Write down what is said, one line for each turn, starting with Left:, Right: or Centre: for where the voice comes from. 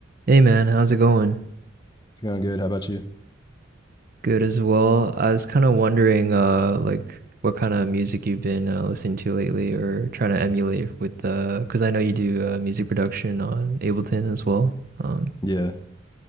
Right: Hey man, how's it going?
Left: It's going good. How about you?
Right: Good as well. I was kind of wondering, uh, like what kind of music you've been uh, listening to lately or trying to emulate with the, because I know you do uh, music production on Ableton as well. Um,
Left: Yeah.